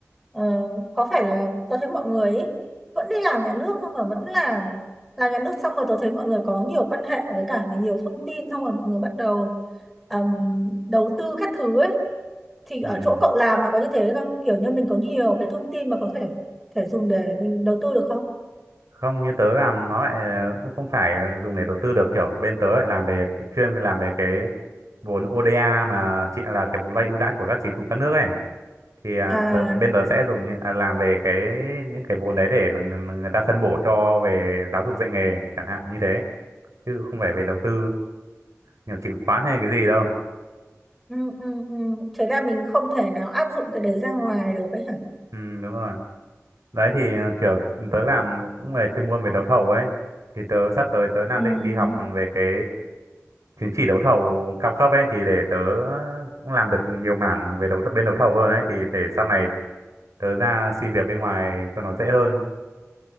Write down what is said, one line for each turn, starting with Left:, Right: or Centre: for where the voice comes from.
Centre: ờ, có phải là tớ thấy mọi người ý, vẫn đi làm nhà nước nhưng mà vẫn làm làm nhà nước xong rồi tớ thấy mọi người có nhiều quan hệ với cả nhiều thông tin xong rồi mọi người bắt đầu ừm, đầu tư các thứ ấy thì
Right: ừ.
Centre: ở chỗ cậu làm là có như thế không kiểu như mình có nhiều cái thông tin mà có thể thể dùng để mình đầu tư được không
Right: không như tớ làm nó lại ờ, cũng không phải dùng để đầu tư được kiểu bên tớ lại làm về chuyên làm về cái vốn ODA mà chị là cái vốn vay ưu đãi của các chính phủ các nước ấy thì à,
Centre: à
Right: tớ, bên tớ sẽ dùng những, à, làm về cái những cái vốn đấy để ng- người ta phân bổ cho về giáo dục dạy nghề chẳng hạn như thế chứ không phải về đầu tư nhiều chứng khoán hay cái gì đâu
Centre: ừ, ừ, ừ. thế là mình không thể nào áp dụng cái đấy ra ngoài được ấy hả
Right: ừ, đúng rồi đấy thì à, kiểu tớ làm cũng về chuyên môn về đấu thầu ấy thì tớ sắp tới tớ đang
Centre: ừ.
Right: định đi học về cái chứng chỉ đấu thầu cao cấp ấy thì để tớ cũng làm được nhiều mảng về đấu th- bên đấu thầu hơn ấy thì để sau này tớ ra xin việc bên ngoài cho nó dễ hơn